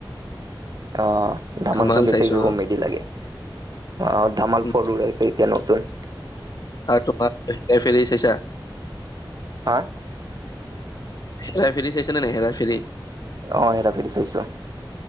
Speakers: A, on the right (about 50°); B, on the left (about 50°).
A: অ' ধামালটো
B: ধামাল
A: বেছিকৈ
B: চাইছো
A: কমেডি
B: অ'।
A: লাগে। অ' ধামাল
B: উম,
A: ফ'ৰ ওলাইছে এতিয়া নতুন?
B: আৰু তোমাৰাই ফেৰিি চছা <unintelligible>
A: হা'।
B: হেৰা ফেৰি চাইছে নে নাই, হেৰা ফেৰি!
A: অ' হেৰা ফেৰি চইছো,